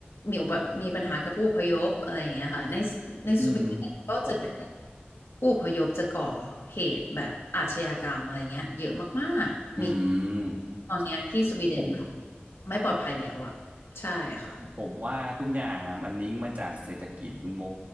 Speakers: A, on the left; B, on the right.
A: มีอุปมีปัญหากับผู้อพยพอะไรอย่างเงี้ยค่ะในในสวีเดนก็จะเป็น
B: อืม ผม
A: ผู้อพยพจะก่อเหตุแบบอาชญากรรมอะไรเงี้ยเยอะมากๆมี
B: อืม
A: ตอนเนี้ยที่สวีเดนแบบ
B: ผม
A: ไม่ปลอดภัยแล้วอ่ะใช่ค่ะ
B: ผมว่าทุกอย่างอ่ะมันลิงก์มาจากเศรษฐกิจคุณโบ